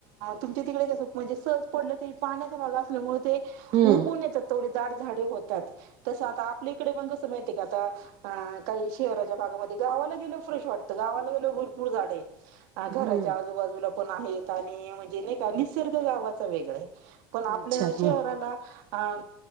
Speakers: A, on the right; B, on the right.
A: तुमच्या तिकडे जसं म्हणजे सहज पडलं तरी पाण्याचा भाग असल्यामुळे ते
B: हम्म
A: उगून येतात तेवढी दाट झाडे होतात तसं आता आपल्या इकडे पण कसं माहितीय का आता अ काही शहराच्या भागामध्ये गावाला गेलो फ्रेश वाटतं गावाला गेलो भरपूर झाडे आहे घराच्या
B: हम्म
A: आजूबाजूला पण आहेत आणि म्हणजे नाही का निसर्ग गावाच वेगळ आहे पण आपल्या
B: अच्छा हम्म
A: शहराला अ